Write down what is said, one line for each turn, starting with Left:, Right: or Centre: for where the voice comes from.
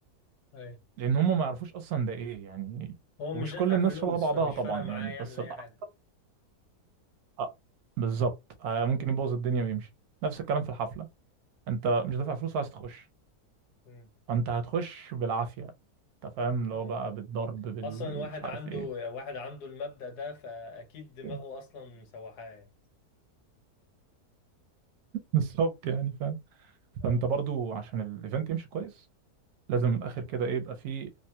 Left: ايوه
Right: لان هم ما يعرفوش اصلا ده ايه يعني
Left: هو
Right: ومش
Left: مش دافع
Right: كل الناس
Left: فلوس
Right: شبه بعضها
Left: فمش
Right: طبعا
Left: فارق معاه
Right: يعني
Left: يعمل
Right: بس
Left: اي
Right: الاكتر
Left: حاجه
Right: آه، بالظبط آه، ممكن يبوظ الدنيا ويمشي نفس الكلام في الحفله انت مش دافع فلوس وعايز تخش
Left: مم.
Right: فانت هتخش بالعافيه انت فاهم اللي
Left: ايوه
Right: هو بقى بالضرب بالمش
Left: اصلا واحد
Right: عارف
Left: عنده
Right: ايه
Left: واحد عنده المبدأ ده فاكيد دماغه
Right: <laughs>
Left: اصلا مسوحاه يعني.
Right: بالظبط يعني فاهم
Left: اه
Right: فانت برضو عشان الايفنت يمشي كويس لازم من الاخر كده ايه يبقى في